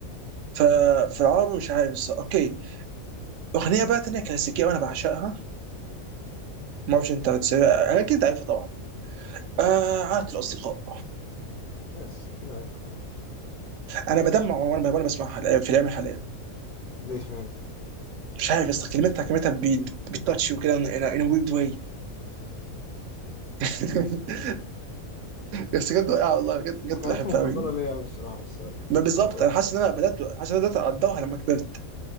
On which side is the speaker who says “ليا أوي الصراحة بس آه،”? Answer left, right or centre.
Left